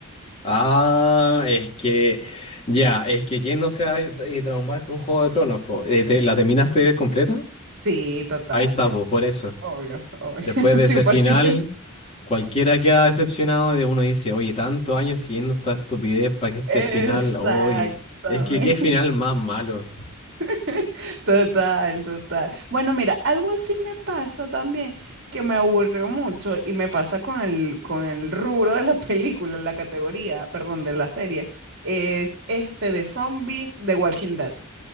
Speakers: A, on the left; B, on the right.
A: Ah, es que, ya, es que ¿quién no se va a eh, traumar con Juego de Tronos, po? Eh, ¿te- ¿la terminaste de ver completa?
B: Sí, total,
A: Ahí está,
B: eh,
A: po, por eso.
B: obvio, obvio.
A: Después
B: <laughs>
A: de ese
B: Sí, por-
A: final,
B: <laughs>
A: cualquiera queda decepcionado de uno dice, oye, tantos años siguiendo esta estupidez para que este
B: Exactamente.
A: final, oye, es que qué final más malo.
B: <laughs> Total, total. Bueno, mira, algo así me pasa también, que me aburrió mucho y me pasa con el, con el rubro de la película, la categoría, perdón, de la serie, es este de zombies de Walking Dead.